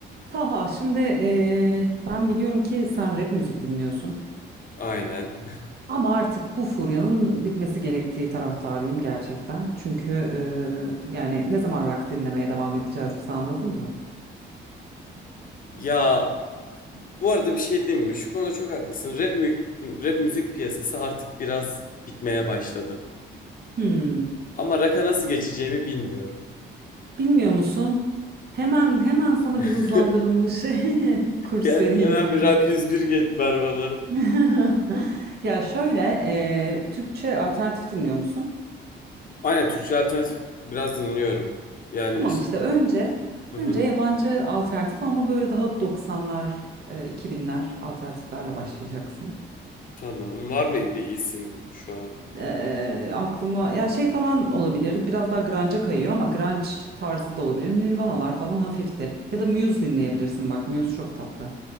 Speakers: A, on the right; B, on the left.
A: Taha, şimdi eee, ben biliyorum ki sen rap müzik dinliyorsun.
B: Aynen.
A: Ama artık bu furyanın bitmesi gerektiği taraftarıyım gerçekten. Çünkü eee, yani ne zaman rock dinlemeye devam edeceğiz biz anladın mı?
B: Ya bu arada bir şey diyeyim mi? Şu konuda çok haklısın. Rap, mü- rap müzik piyasası artık biraz bitmeye başladı.
A: Hmm,
B: Ama rock'a nasıl geçeceğimi bilmiyorum.
A: bilmiyor musun? Hemen hemen sana
B: <laughs>
A: bir hızlandırılmış <laughs> kurs
B: Gel
A: vereyim
B: hemen
A: ben.
B: bir Rock 101 get ver bana.
A: <laughs> Ya şöyle eee, Türkçe alternatif dinliyor musun?
B: Aynen Türkçe alternatif biraz dinliyorum. Yani
A: Tamam
B: işte
A: işte önce
B: hı
A: önce
B: hı,
A: yabancı alternatif ama böyle daha 90'lar, e, 2000'ler alternatiflerle başlayacaksın.
B: tamam var mı bir isim şu an?
A: Eee, aklıma ya şey falan olabilir. Biraz daha grunge'a kayıyor ama grunge tarzı da olabilir. Nirvanalar falan hafiftir. Ya da Muse dinleyebilirsin bak Muse çok tatlı.